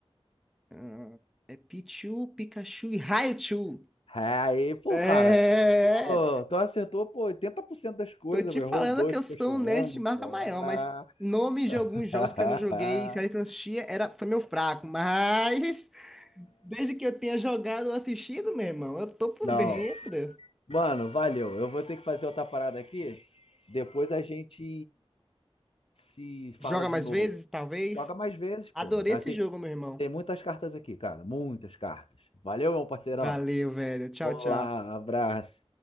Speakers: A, in the centre; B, on the left.
A: Ah, É Pichu, Pikachu e Raichu.
B: Aí, pô,
A: É,
B: cara. Pô, tu acertou, pô, 80% das coisas,
A: tô te
B: pô, errou
A: falando
B: dois,
A: que eu
B: ficou
A: sou
B: chorando,
A: um nerd de marca
B: pô.
A: maior,
B: Ah.
A: mas nome de alguns
B: <laughs>
A: jogos que eu não joguei, série que eu não assistia, era, foi meu fraco. Mas desde que eu tenha jogado ou assistido, meu irmão, eu tô por
B: Não.
A: dentro.
B: Mano, valeu. Eu vou ter que fazer outra parada aqui. Depois a gente se
A: Joga
B: fala de
A: mais
B: novo.
A: vezes, talvez?
B: Joga mais vezes, pô.
A: Adorei
B: tá?
A: esse
B: Tem,
A: jogo, meu irmão.
B: tem muitas cartas aqui, cara. Muitas cartas. Valeu, meu parceirão.
A: Valeu, velho. Tchau,
B: Olá,
A: tchau.
B: abraço.